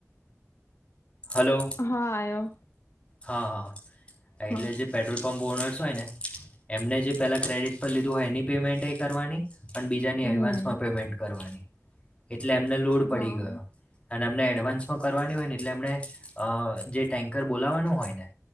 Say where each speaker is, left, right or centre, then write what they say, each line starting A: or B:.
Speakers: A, on the left; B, on the left.
A: હલો
B: હા આવ્યો.
A: હા હા. આઈટલે
B: હા
A: જેલે પેટ્રોલ. પંપ ઓનર્સ હોય ને એમને જે પેલા ક્રેડિટ પર લીધું હોય એની પેમેન્ટ કરવાની. અને બીજાની એડવાન્સમાં
B: હમ
A: પેમેન્ટ કરવાની. એટલે એમને લોડ પડી
B: હા
A: ગયો અને અમને એડવાન્સમાં કરવાની હોય ને એટલે એમને અ જે. ટેન્કર બોલાવાનું હોય ને